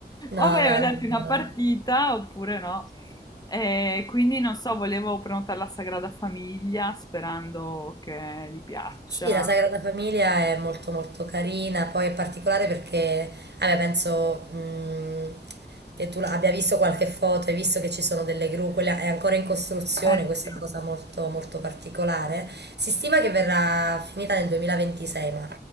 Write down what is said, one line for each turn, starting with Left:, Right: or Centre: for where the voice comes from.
Right: No,
Left: O vai
Right: no,
Left: a vederti una
Right: no, no.
Left: partita oppure no. E quindi non so, volevo prenotare la Sagrada Famiglia sperando che gli piaccia.
Right: Sì, la Sagrada Famiglia è molto molto carina, poi è particolare perché, vabbè, penso mh, che tu la- abbia visto qualche foto, hai visto che ci sono delle gru, quella è ancora in costruzione,
Left: Eh
Right: questa
Left: sì,
Right: è una cosa molto molto particolare. Si stima che verrà finita nel 2026, ma